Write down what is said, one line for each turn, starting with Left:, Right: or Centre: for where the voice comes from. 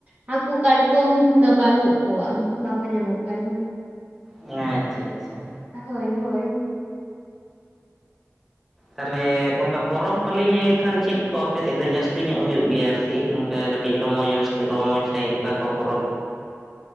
Right: ᱦᱟᱹᱠᱩ ᱠᱟᱴᱠᱚᱢ ᱫᱚ ᱵᱟᱹᱱᱩᱜ ᱠᱚᱣᱟ ᱵᱟᱠᱚ ᱧᱟᱢᱚᱜ ᱠᱟᱱᱟ
Centre: ᱟᱸᱪᱷᱟ ᱪᱷᱟ
Right: ᱦᱳᱭ ᱦᱳᱭ
Centre: ᱛᱟᱞᱦᱮ ᱚᱱᱠᱟ ᱯᱚᱨᱚᱵᱽ ᱯᱟᱹᱞᱤ ᱞᱟᱹᱭ ᱞᱮᱠᱷᱟᱱ ᱪᱮᱫ ᱠᱚ ᱟᱯᱮ ᱥᱮᱫ ᱫᱚ ᱡᱟᱹᱥᱛᱤ ᱧᱚᱜ ᱦᱩᱭᱩᱜ ᱜᱮᱭᱟ ᱼᱼ ᱪᱮᱫ ᱚᱱᱠᱟ ᱠᱟᱹᱴᱤᱡᱽ ᱨᱚᱢᱚᱡᱽ ᱨᱟᱹᱥᱠᱟᱹ ᱨᱚᱢᱚᱡᱽ ᱥᱟᱺᱦᱤᱡ ᱚᱠᱟ ᱠᱚ ᱯᱚᱨᱚᱵᱽᱼᱼ